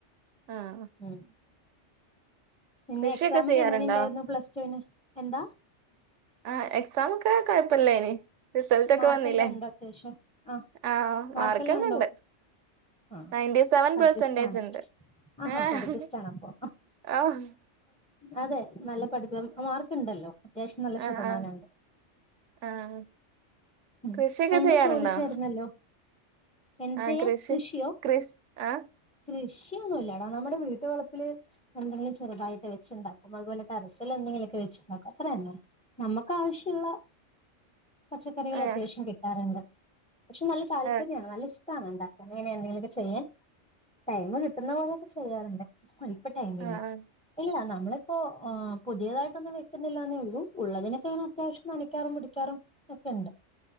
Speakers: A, on the right; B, in the centre.
A: ആഹ്
B: ഉം പിന്നെ
A: കൃഷിയൊക്കെ
B: എക്സാമൊക്കെ
A: ചെയ്യാറുണ്ടോ?
B: എങ്ങനെയുണ്ടായിരുന്നു പ്ലസ് ടുന്? എന്താ?
A: ആഹ് എക്സാമൊക്കെ കൊഴപ്പല്ലേയ്നി. റിസൾറ്റൊക്കെ
B: മാർക്കെല്ലാം
A: വന്നില്ലേ.
B: ഉണ്ടോ അത്യാവശ്യം ആഹ്
A: ആഹ്
B: മാർക്കെല്ലാം
A: മാർക്കൊക്കെണ്ട്.
B: ഉണ്ടോ ആഹ്
A: നയൻടീസെവൻ
B: പഠിപ്പിസ്റ്റാണ്
A: പെർസെന്റേജ്ണ്ട്.
B: ആഹാ
A: ഏഹ്
B: പഠിപ്പിസ്റ്റാണ് അപ്പൊ
A: ഓഹ്
B: അതെ നല്ല പഠിപ്പ മാർക്ക്ണ്ടല്ലോ. അത്യാവശ്യം നല്ല
A: ആഹ്
B: ശതമാനണ്ട്.
A: ആഹ് ആഹ്
B: ഉം
A: കൃഷിയൊക്കെ
B: എന്തോ
A: ചെയ്യാറുണ്ടോ?
B: ചോദിച്ചായിരുന്നല്ലോ. എന്ത്
A: ആഹ്
B: ചെയ്യാൻ
A: കൃഷി
B: കൃഷിയോ?
A: കൃഷ് ആഹ്
B: കൃഷിയൊന്നുമല്ലടാ നമ്മുടെ വീട്ട വളപ്പില് എന്തെങ്കിലും ചെറുതായിട്ട് വെച്ചുണ്ടാക്കും അതുപോലെ ടറസൽ എന്തെങ്കിലും ഒക്കെ വെച്ചുണ്ടാക്കും അത്ര തന്നെ നമുക്ക് ആവശ്യള്ള പച്ചക്കറികൾ
A: ഏഹ്
B: അത്യാവശ്യം കിട്ടാറുണ്ട് പക്ഷെ നല്ല താല്പര്യമാണ്
A: ഏഹ്
B: നല്ല ഇഷ് ട്ടാണ് ഉണ്ടാക്കാൻ ഇങ്ങനെന്തെങ്കിലുമക്കെ ചെയ്യാൻ ടൈം കിട്ടുന്ന പോലൊക്കെ ചെയ്യാറുണ്ട് ഇപ്പ ടൈമില്ല
A: ആഹ്
B: ഇല്ല നമ്മളിപ്പോ പുതിയതായിട്ടൊന്നും വെക്കുന്നില്ലന്നേ ഉള്ളൂ ഉള്ളതിനൊക്കെ അത്യാവശ്യം നനക്കാറും പിടിക്കാറും ഒക്കെ ഉണ്ട്